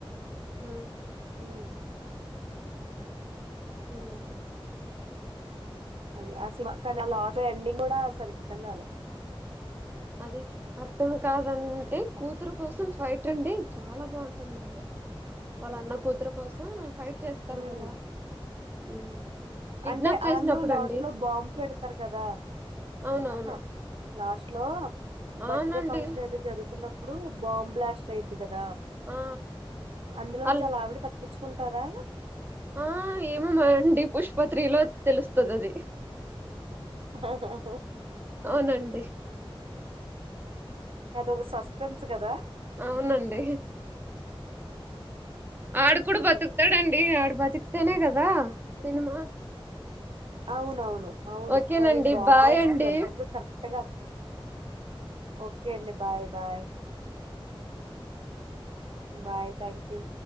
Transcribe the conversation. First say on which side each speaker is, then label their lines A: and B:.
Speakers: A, on the right; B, on the right.
A: ఉ
B: ఉమ్
A: ఇదే నండి
B: అది ఆ సి <inaudible> మా కానీ ఆ లాస్ ఎండింగ్ గూడా సరి <inaudible> అర్థం గాలే.
A: అది అర్థం కాదనంటే కూతురు కోసం ఫైట్ అండి చాలా బా ఉంటుందండి. వాళ్ళ అన్న కూతురు కోసం ఫైట్ చేస్తారు
B: ఉమ్
A: కదా ఉమ్ కిడ్నాప్
B: అంటే
A: చేసినప్పుడు
B: ఆళ్ళు లాస్ట్
A: అండి
B: లో బాంబ్ పెడతారు కదా
A: అవునవును
B: అహా లాస్ట్ లో
A: అవునండి
B: బర్త్డే ఫంక్షన్ ఏదో జరుతున్నప్పుడు బాంబ్ బ్లాస్ట్ అయ్యిద్దిగ.
A: ఆ
B: అందులోంచి
A: అల్
B: ఆల్ల ఆవిడి తప్పిచ్చుకుంటాదా
A: ఆ ఏమో మరండి పుష్ప త్రి లో తెలుస్తది అది
B: అహహా
A: అవునండి
B: అదోవ సస్పెన్స్ గదా
A: అవునండి ఆడు కూడా
B: ఉమ్.
A: బతుకుతాడండి, ఆడు బతుకుతేనే కదా సినిమా.
B: అవునవును అవును
A: ఓకేనండి
B: మరి బాంబ్లాస్ట్
A: బాయ్ అండి
B: సరిగ్గా కరెక్ట్ గా ఓకే అండి bye bye bye thank you